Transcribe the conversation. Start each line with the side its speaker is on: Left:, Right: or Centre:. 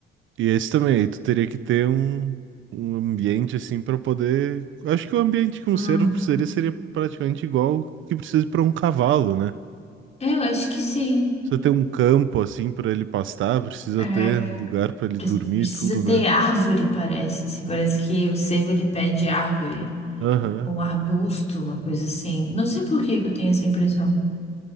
Right: E esse também, aí tu teria que ter um, um ambiente assim para poder. Acho que o ambiente que um
Left: Hum,
Right: cervo precisaria seria praticamente igual o que precisa para um cavalo, né?
Left: é, eu acho que sim.
Right: Precisa ter um campo assim para ele pastar, precisa
Left: É,
Right: ter um lugar para ele
Left: pre-
Right: dormir
Left: precisa
Right: e tudo, né?
Left: ter árvore, parece. Assim, parece que o cervo ele pede árvore,
Right: Aham.
Left: ou um arbusto, uma coisa assim. Não sei por que que eu tenho essa impressão.